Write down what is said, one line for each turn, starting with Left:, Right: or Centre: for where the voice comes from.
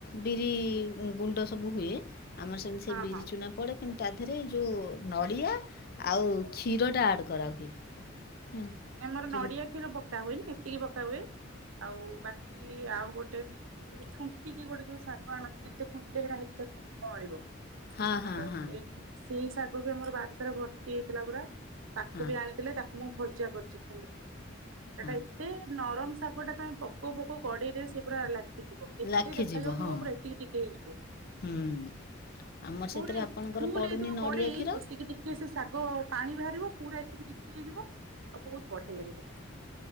Left: ବିରି ଗୁଣ୍ଡ ସବୁ ହୁଏ। ଆମର ସେ ସେମିତି
Right: ହଁ
Left: ବିରି
Right: ହଁ।
Left: ଚୁନା ପଡେ କିନ୍ତୁ ତା ଦେହରେ ଯୋଉ ନଡିଆ ଆଉ କ୍ଷୀର ଟା ଆଡ କରାହୁଏ। ହଁ
Right: ଆମର
Left: ହଁ
Right: ନଡିଆ କ୍ଷୀର ପକ ପକା ହୁଏନି ଏତିକି ପକା ହୁଏ। ଆଉ ବାକି ଆଉ ଗୋଟେ ଯୋଉ ଖୁଣ୍ଟିକି ଗୋଟେ ଯଉ ଶାଗ ଆଣନ୍ତି ଯେତେ ସେଟା ହେତେ ଙ୍କଅଳିବ
Left: ହଁ ହଁ
Right: ଆ
Left: ହଁ
Right: ସେଇଟା ସେଇ ଶାଗ ବି ଆମର ବାରିତଳେ ଭର୍ତି ହେଇଥିଲା ପୁରା ତାକୁ
Left: ହଁ
Right: ବି ଆଣିଥିଲେ ତା <inaudible> ଭଜା କରୁଛ ଖାଲି। ଏଇଟା
Left: ହଁ
Right: ଏତେ ନରମ ଶାଗ ଟା ତମେ ପକଉ ପକଉ କଡେଇରେ ସେ ପୁରା ଲାଗି ଦେଖ ଏତେ
Left: ଲାଖିଯିବ
Right: ଦେଖାଯାଉଥିବ
Left: ହଁ
Right: ପୁରା ଏତିକି ଟିକେ ହେଇଯିବ
Left: ହୁଁ ଆମର
Right: ପୁରା
Left: ସେଥିରେ ଆପଣଙ୍କର
Right: ଫୁଲ
Left: ପଡ଼ୁନି
Right: ହେଇଥିବ
Left: ନଡ଼ିଆ
Right: କଡେଇ
Left: କ୍ଷୀର
Right: ଏତିକି ଟିକେ ସେ ଶାଗ ଓ ପାଣି ବାହାରିବ ପୁରା ଏତିକି ଟିକେ ହେଇଯିବ।। ଆଉ ବହୁତ ବଢିଆ ଲାଗେ ସେଟା -